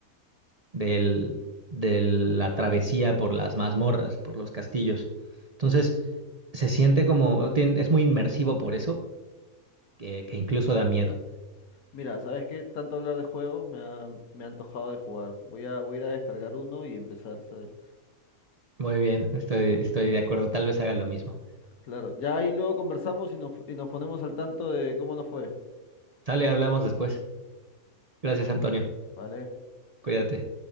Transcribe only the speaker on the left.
Mira, ¿sabes qué? Tanto hablar de juegos me ha, me ha antojado de jugar. Voy a, voy a ir a descargar uno y empezar, ¿sabes?
Claro, ya ahí luego conversamos y nos, y nos ponemos al tanto de cómo nos fue,
¿vale?